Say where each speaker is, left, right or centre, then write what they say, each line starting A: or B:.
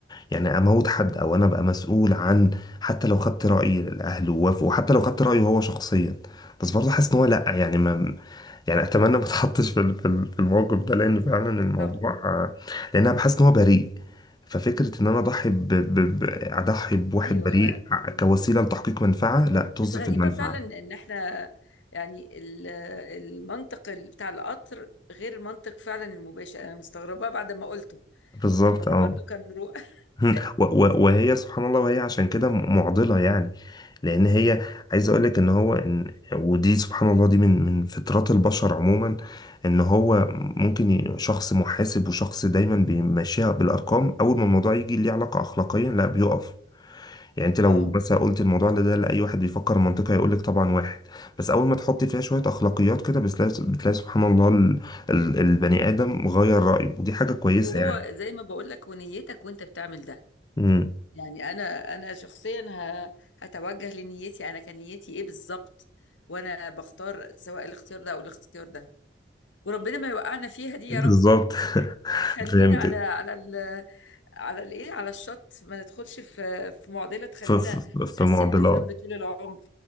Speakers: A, on the left; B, on the left.
A: يعني اموت حد او انا ابقى مسؤول عن حتى لو خدت رأي الاهل ووافقوا وحتى لو خدت رأيه هو شخصيا بس برضه حاسس ان هو لا يعني ما يعني اتمنى ما <laughs> اتحطش في ال- في ال- في الموقف ده لان فعلا الموضوع
B: طبعا
A: آه، لان انا بحس ان هو بريء ففكرة ان انا اضحي ب... ب... ب... اضحي بواحد
B: ايوه
A: بريء
B: آه،
A: ع-
B: م-
A: كوسيلة
B: م.
A: لتحقيق منفعة لا طز
B: بس غريبة
A: في المنفعة
B: فعلا ان احنا يعني ال- المنطق ال- بتاع القطر غير منطق فعلا المباشر انا مستغربة بعد ما قلته
A: بالظبط
B: طب ما ده
A: اه
B: برضو كان رؤى
A: مم.
B: <laughs>
A: و- و- وهي سبحان الله وهي عشان كده م- معضلة يعني لأن
B: مم.
A: هي عايز أقول لك إن هو إن ودي سبحان الله دي من من فطرات البشر عموما إن هو ممكن ي- شخص محاسب وشخص دايما بيمشيها بالأرقام أول ما الموضوع يجي ليه علاقة أخلاقيا لا بيقف يعني أنت لو
B: اه
A: بس قلت الموضوع ده لأي واحد بيفكر منطقي هيقول لك طبعا واحد بس أول ما تحط
B: مم.
A: فيها شوية أخلاقيات كده بتلاقي بتلاقي سبحان الله ال- ال- البني آدم غير رأيه ودي حاجة كويسة
B: وهو
A: يعني
B: زي ما بقول لك ونيتك وانت بتعمل ده
A: مم.
B: يعني انا انا شخصيا ه- هتوجه لنيتي انا كان نيتي ايه بالظبط وانا بختار سواء الاختيار ده او الاختيار ده وربنا ما يوقعنا فيها دي يا
A: بالظبط
B: رب <laughs> خلينا
A: <laughs> فهمتك
B: على على ال على الايه على الشط ما ندخلش في في معضله تخلينا
A: في في- في
B: حاسين
A: معضلات
B: بالذنب طول العمر